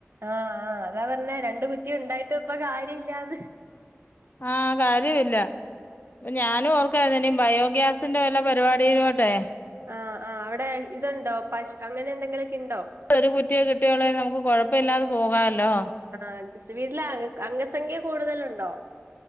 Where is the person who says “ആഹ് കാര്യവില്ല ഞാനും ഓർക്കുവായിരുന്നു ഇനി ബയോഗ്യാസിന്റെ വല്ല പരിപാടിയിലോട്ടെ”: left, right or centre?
Left